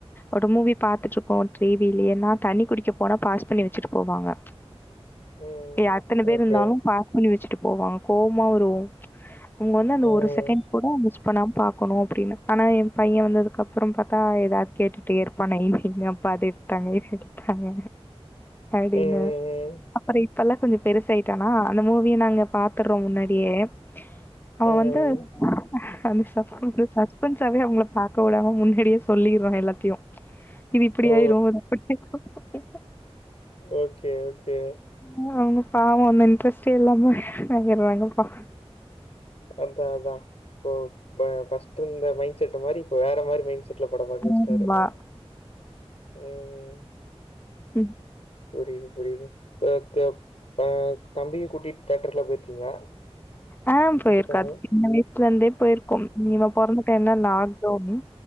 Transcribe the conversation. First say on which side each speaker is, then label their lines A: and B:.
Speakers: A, on the left (about 20°); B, on the left (about 75°).
A: ஒரு மூவி பாத்துட்ருக்கோ டீ வீலயேனா தண்ணி குடிக்க போன பாஸ் பண்ணி வெச்சுட்டு போவாங்க
B: ம்.
A: எத்தன பேரு
B: ஓகே.
A: இருந்தாலு பாஸ் பண்ணி வெச்சுட்டு போவாங்க கோவமா வரு அவுங்க வந்து அந்த
B: ம்.
A: ஒரு‌ ‌சீ கூட மிஸ் பண்ணாம பாக்கணு அப்டினு ஆனா எ பைய வந்துக்கப்புறோ பாத்தா எதாவ்து கேட்டுட் டே இருப்பா நை நைனு‌ அப்பா அது எடுத்‌ தாங்க இது எடுத் தாங்க அப்டின்னு
B: ம் ம் ம்.
A: அப்புறோ இப்பல்லா கொஞ்சோ பெருசாயிட்டான அந்த மூவிய நாங்க பாத்துறோ முன்னாடியே அவ
B: ம்.
A: வந்து அந்த சஸ்பென்ஸ் சஸ்பென்ஸாவே அவுங்கள பாக்கவுடாம முன்னாடியே சொல்லிரா எல்லாத்தியு இது இப்படி
B: ஓ!
A: ஆயிரு அது‌ அப்டி <unintelligible>
B: ஓகே ஓகே
A: ம் அவங்க பாவ அந்த இன்ட்ரெஸ்டே இல்லாம‌ ஆயிராங்கப்பா
B: அந்த அதா இப்போ ப ஃபஸ்ட் இருந்த மைண்ட செட் மாரி இப்ப வேற மாரி மைண்ட செ வீட்ல பட பாக்க வச்சிட்டாரு
A: ஆமா
B: அ ம்
A: ம்
B: புரியுது புரியுது அ த தம்பிய கூட்டிட்டு தேட்டர்க்கெல்லா போயிருக்கீங்களா
A: ஆ போயிருக்க
B: குட்டி பையன.
A: அது சின்ன வயசுல இருந்தே போயிருக்கோம் இவ பிறந்த டைம்ல லாக்டவுனு